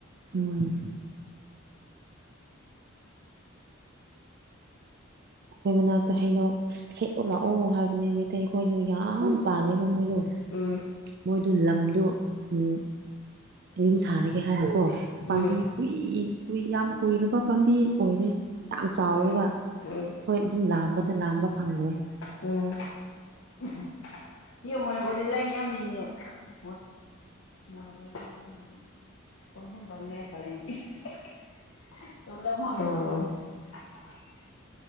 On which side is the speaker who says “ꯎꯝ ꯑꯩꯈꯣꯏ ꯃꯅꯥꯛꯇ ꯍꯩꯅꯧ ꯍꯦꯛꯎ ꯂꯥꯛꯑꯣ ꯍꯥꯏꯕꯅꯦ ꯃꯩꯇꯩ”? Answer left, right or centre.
Right